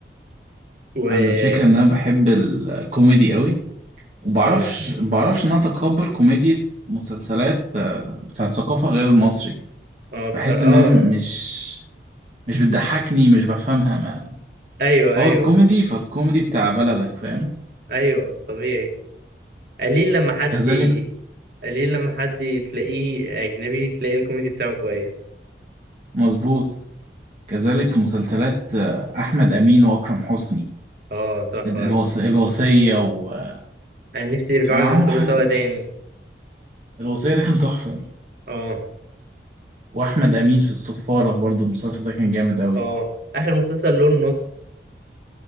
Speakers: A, on the right; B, on the right.
A: وكوميدي
B: أنا الفكرة إن أنا بحب الكوميدي قوي ومبعرفش
A: اه
B: مبعرفش إن أنا أتقبل كوميديا مسلسلات آه، بتاعت ثقافة غير المصري
A: اه بصراحة
B: بحس إن أنا
A: اه
B: مش مش بتضحكني مش بفهمها ما
A: ايوه
B: فهو
A: ايوه
B: الكوميدي فالكوميدي بتاع بلدك فاهم
A: ايوه طبيعي قليل لما حد
B: كذلك
A: ي- قليل لما حد تلاقيه اجنبي تلاقي الكوميدي بتاعه كويس
B: مظبوط كذلك مسلسلات آه، أحمد أمين وأكرم حسني
A: اه تحفة
B: الوص... الوصية وكان
A: يعني نفسي يرجعوا
B: عملوا
A: يمثلوا
B: حاجة
A: سوا
B: ده.
A: تاني
B: الوصية ده كان تحفة
A: اه
B: وأحمد أمين في الصفارة برضو المسلسل ده كان جامد أوي
A: اه اخر مسلسل لون نص